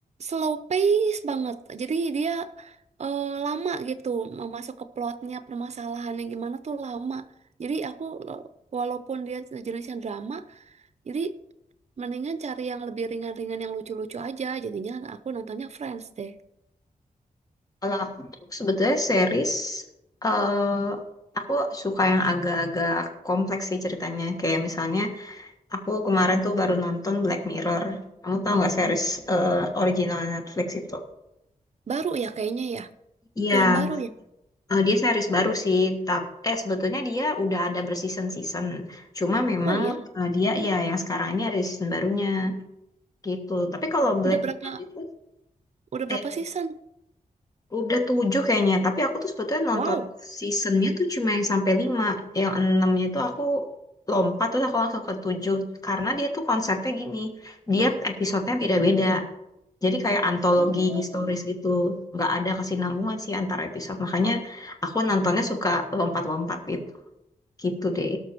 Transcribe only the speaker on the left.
Kalau aku tuh sebetulnya series, eh aku suka yang agak-agak kompleks sih ceritanya. Kayak misalnya aku kemarin tuh baru nonton Black Mirror. Kamu tau nggak series eh, original Netflix itu?
Iya,
Eh, dia series baru sih, tap eh sebetulnya dia udah ada berseason-season. Cuma memang
eh, dia ya yang sekarang ini ada season barunya gitu. Tapi kalau Black
Mirror itu
eh
udah tujuh kayaknya. Tapi aku tuh sebetulnya nonton
seasonnya tuh cuma yang sampai lima, yang enamnya itu aku lompat terus aku langsung ke tujuh karena dia tuh konsepnya gini, dia episodenya beda-beda. Jadi kayak antologi
historis gitu, nggak ada kesinambungan sih antar episode. Makanya aku nontonnya suka lompat-lompat gitu. Gitu deh.